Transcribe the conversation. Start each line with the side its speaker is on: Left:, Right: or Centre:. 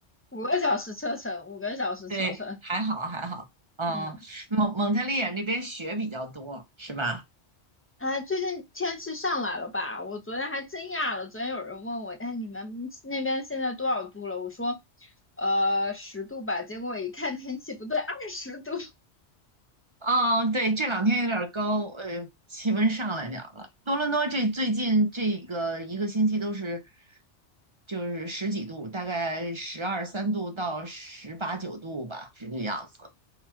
Left: 五个小时车程，五个小时车程。
Right: 对，还好还好。嗯，
Left: 嗯，
Right: 蒙蒙特利尔那边雪比较多，是吧？
Left: 哎，最近天气上来了吧？我昨天还真讶了，昨天有人问我，哎，你们那边现在多少度了？我说，呃，十度吧。结果我一看天气不对，二十度。
Right: 嗯，对，这两天有点儿高，呃，气温上来点儿了。多伦多这最近这个一个星期都是就是十几度，大概十二三度到十八九度吧，这个样子。